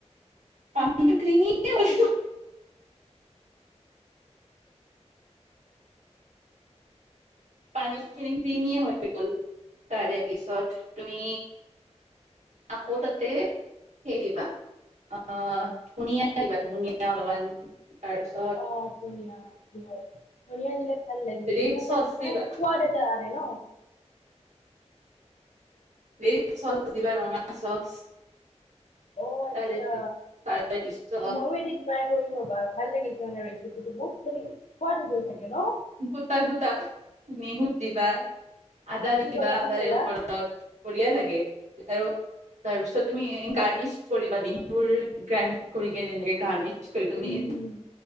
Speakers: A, on the right (about 80°); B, on the left (about 75°).
A: পানী কিনিলে অ' পানী খিনি কিনিয়ে হৈ গল তাৰে পিছত তুমি আকৌ তাতে সেই দিবা আহ ধনীয়া দিবা ধনীয়া অলপমান। তাৰপিছত
B: অ' ধনিয়া হয় ধনীয়া দিলে। ভাল লাগি ধনিয়া
A: ৰেড চচ
B: দিলে ন মানে
A: দিবা
B: সোৱাদ এটা আহে ন?
A: ৰেদ চচ দিবা ৰঙা চচ
B: অ' আচ্ছা
A: তাৰে তাৰে পিছত
B: ময়ো এদিন ট্ৰাই কৰিম ৰ'বা ভাল লাগিছে মানে যিটো বহুত মানে খোৱাটো গল চাগে ন?
A: গোটা গোটা নি সুধ দিবা <inaudible> আদা দিবা
B: কি ক'লা
A: আদা
B: কি ক'লা
A: দিবা ওপৰত বঢ়িয়া লাগে আৰু তাৰপিছত তুমি গাৰ্নিচ কৰিবা নে সেইবোৰ গ্ৰাইণ্ড কৰি কিনে এনেকে গাৰ্নিচ কৰিবা
B: উম
A: নি
B: উম